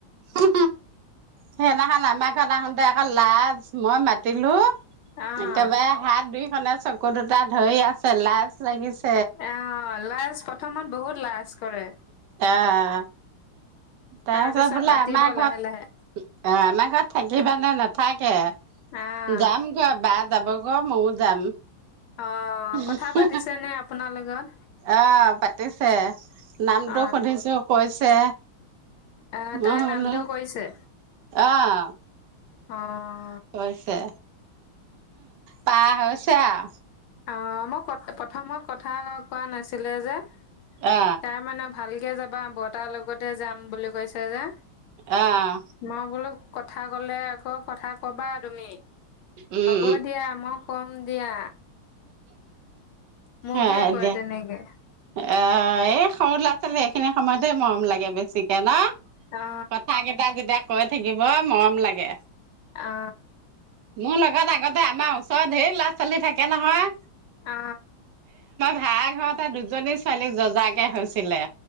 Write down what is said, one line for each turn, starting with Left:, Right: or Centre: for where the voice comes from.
Right: হু সেইদিনাখন আমাৰ ঘৰত আহোঁতে অ লাজ মই মাতিলো
Left: অ',
Right: একেবাৰে হাত দুই খনে চকু দুটা ধৰি আছে লাজ লাগিছে
Left: আহ লাজ প্ৰথমত বহুত লাজ কৰে
Right: অ' তাৰপিছত
Left: তাৰ পিছত
Right: বোলে
Left: মাতিব
Right: আমাৰ ঘৰত
Left: লাহে লাহে
Right: অ আমাৰ ঘৰত থাকি থাকিব নে নথাকে
Left: অ'।
Right: যাম গৈ বাট যাব কময়ও যাম
Left: অ
Right: উহু
Left: কথা পাতিছে নে আপোনাৰ লগত
Right: আহ পাতিছে নামটো
Left: অ
Right: সুধিছো কৈছে
Left: আহ
Right: মই
Left: তাই
Right: বোলো
Left: নামটো কৰিছে
Right: আহ
Left: অহ
Right: কৈছে পা হৈছে অ
Left: অ মই ক প্ৰথমত কথা কোৱা নাছিলে যে
Right: অ
Left: তাই মানে ভাল কেতিয়া যাবা বৰ্টাৰ লগতে যাম বুলি কৈছে যে।
Right: আহ
Left: মই বোলো কথা ক'লে আকৌ কথা কবা তুমি?
Right: উম
Left: হ'ব দিয়া মই কম, হব দিয়া মোকহে
Right: হ
Left: কয়
Right: দিয়া
Left: তেনেকে
Right: অ <unintelligible> এই সৰু ল'ৰা ছোৱালী এইখিনি সময়তে মৰম লাগে বেছিকে ন?
Left: অ
Right: কথা কেইটা যে দেখ কৈ থাকিব মৰম লাগে,
Left: অ
Right: মোৰ লগত আগতে আমাৰ ওচৰৰ অ ধেই লৰা ছোৱালী থাকে একে নহয়
Left: অ
Right: তাৰ ঘৰতে দুজনী ছোৱালী যজা কে হৈছিলে।